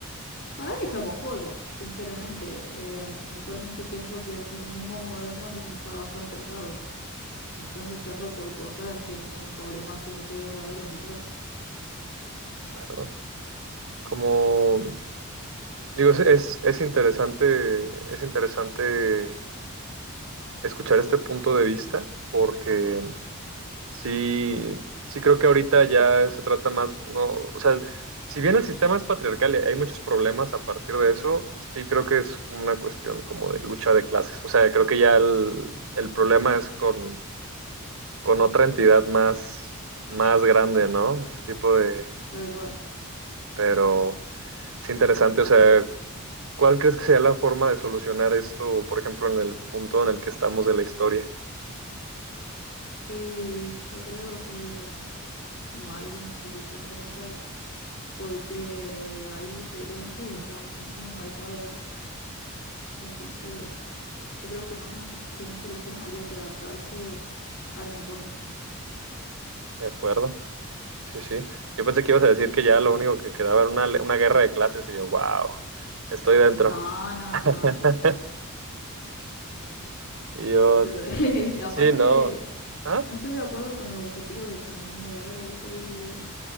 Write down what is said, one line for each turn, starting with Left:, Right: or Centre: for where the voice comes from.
Left: Para mí estamos joya, sinceramente. Eh, actualmente pienso que el feminismo moderno es bast- está bastante errado. Están luchando por cosas que no son problemas como que verdaderos y tal.
Right: ¿De acuerdo? ¿Cómo? Digo, es, es, es interesante, es interesante escuchar este punto de vista, porque sí, sí creo que ahorita ya se trata más, no, o sea, si bien el sistema es patriarcal y hay muchos problemas a partir de eso, sí creo que es como una cuestión como de lucha de clases. O sea, creo que ya el, el problema es con, con otra entidad más, más grande, ¿no? Ese tipo de,
Left: Tal cual.
Right: pero es interesante, o sea, ¿Cuál crees que sea la forma de solucionar esto, por ejemplo, en el punto en el que estamos de la historia?
Left: Y yo creo que no hay una solución como tal, porque hay diferencias y están muy marcadas. Entonces, yo creo que más una, so- que una solución habría que adaptarse al entorno.
Right: ¿De acuerdo? Sí, sí. Yo pensé que ibas a decir que ya lo único que quedaba era una, le- una guerra de clases y yo, wow, estoy dentro.
Left: No, no,
Right: <laughs>
Left: no, no.
Right: Y yo,
Left: Yo creo, <laughs>
Right: sí,
Left: aparte,
Right: no. Ah,
Left: no estoy de acuerdo con los objetivos del feminismo de ahora, ¿viste? Que